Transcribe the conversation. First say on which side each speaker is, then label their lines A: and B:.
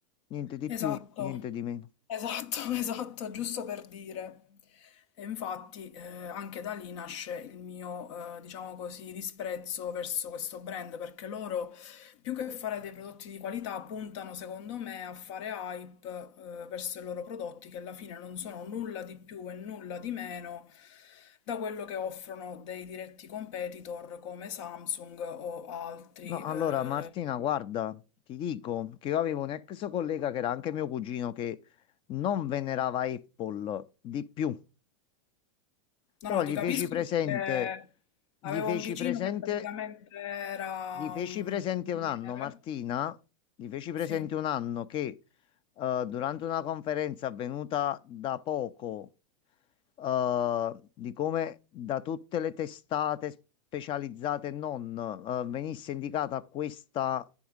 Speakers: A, on the left (about 30°); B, on the left (about 60°).
A: Niente di
B: Esatto,
A: più, niente di meno.
B: esatto, <laughs> esatto, giusto per dire. E infatti eh, anche da lì nasce il mio, eh, diciamo così, disprezzo verso questo brand, perché loro, più che fare dei prodotti di qualità, puntano, secondo me, a fare hype eh, verso i loro prodotti, che alla fine non sono nulla di più e nulla di meno da quello che offrono dei diretti competitor come Samsung o altri.
A: No, allora
B: eh,
A: Martina, guarda, ti dico che io avevo un ex collega che era anche mio cugino che non venerava Apple di più,
B: No,
A: però
B: no,
A: gli
B: ti capisco
A: feci presente,
B: perché
A: gli
B: avevo
A: feci
B: un vicino
A: presente,
B: che praticamente era
A: gli feci
B: un
A: presente
B: ingegnere.
A: un anno, Martina, gli feci presente
B: Sì,
A: un anno che eh, durante una conferenza avvenuta da poco eh, di come da tutte le testate specializzate e non, eh, venisse indicata questa